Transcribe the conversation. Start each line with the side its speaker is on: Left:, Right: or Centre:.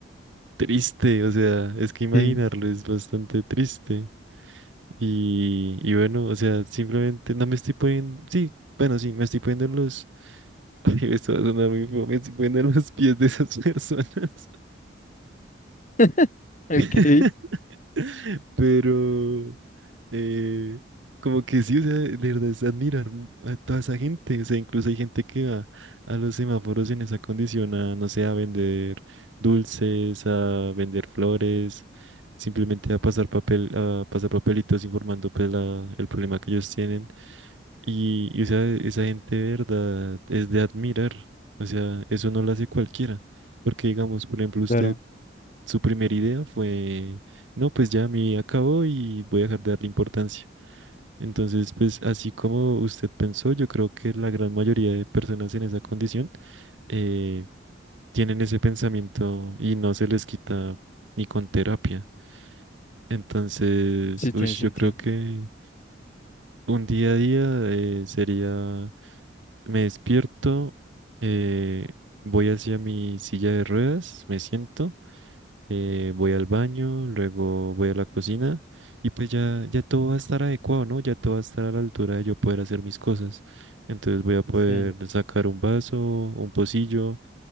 Right: triste, o sea, es que imaginarlo
Left: Sí,
Right: es bastante triste. Y, y bueno, o sea, simplemente no me estoy poniendo, sí, bueno, sí, me estoy poniendo en los, <laughs> ay, esto va a sonar muy feo, me estoy poniendo en los pies de esas personas.
Left: <laughs> ok.
Right: <laughs> <laughs> Pero, eh, como que sí, o sea, de verdad es admirar mu- a toda esa gente. O sea, incluso hay gente que va a los semáforos en esa condición a, no sé, a vender dulces, a vender flores, simplemente a pasar papel, a pasar papelitos informando pues la- el problema que ellos tienen. Y, y, o sea, esa gente de verdad es de admirar. O sea, eso no lo hace cualquiera. Porque digamos, por ejemplo, usted
Left: Claro,
Right: su primera idea fue, no, pues ya mi vida acabó y voy a dejar de darle importancia. Entonces, pues así como usted pensó, yo creo que la gran mayoría de personas en esa condición eh, tienen ese pensamiento y no se les quita ni con terapia. Entonces,
Left: sí tiene
Right: ush,
Left: sentido.
Right: yo creo que un día a día eh, sería, me despierto, eh, voy hacia mi silla de ruedas, me siento. eh, voy al baño, luego voy a la cocina y pues ya, ya todo va a estar adecuado, ¿no? Ya todo va a estar a la altura de yo poder hacer mis cosas. Entonces voy a poder
Left: Sí,
Right: sacar un vaso, un pocillo,